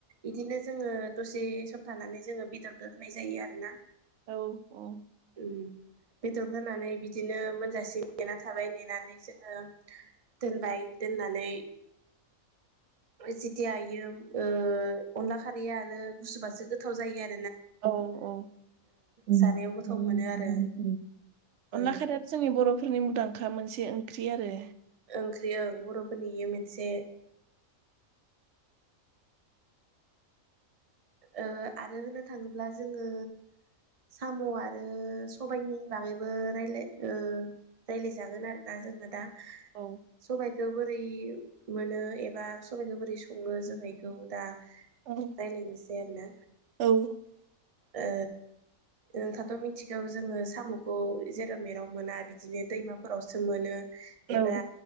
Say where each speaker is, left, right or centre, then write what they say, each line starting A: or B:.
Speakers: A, on the right; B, on the right.
A: इदिनो जोङो दसे सम थानानै जोङो। बेदरखौ होनाय जायो आरो ना।
B: औ औ।
A: उ बेदर होनानै बिदिनो मोनजासिम नेना थाबाय ने। <unintelligible> जोङो दोनबाय दोननानै जेतिया इयो ओ अनला खारैया आरो गुसुबासो गोथाव जायो आरो।
B: औ औ अनला
A: जानायाव गोथाव मोनो आरो ओं
B: खारैयाथ जोंनि बरफोरनि मुंदांखा मोनसे ओं। ओंख्रि आरो‌
A: ओंख्रि ओं बरफोरनि इयो मोनसे। ओ आरो होननो थाङोब्ला जोङो साम आरो सबायनि बागैबो रायलाय ओ रायलायजा। जागोनआरोना जोंना दा
B: औ
A: सबायखो। बोरै मोनो एबा सबाइखौ बोरै सङो जों इखौ दा।
B: औ
A: रायलायनोसै <unintelligible> आरोना।
B: औ
A: ओ नोंथाथ मिथिगौ जोङो साम खौ जेराव मेराव मोना बिदिनो दैमाफोरावसो मोनो। एबा।
B: औ